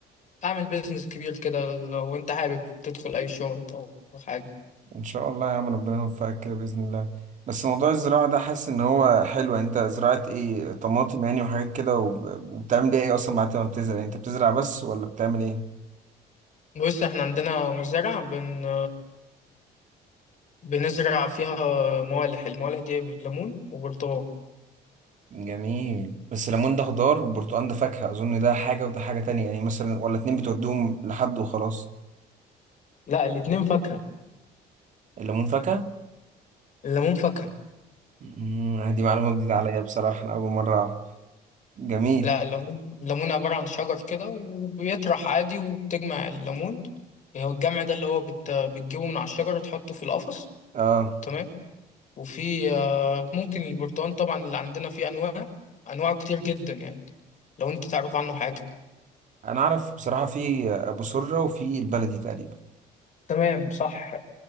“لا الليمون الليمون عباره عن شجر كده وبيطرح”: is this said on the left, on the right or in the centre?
Left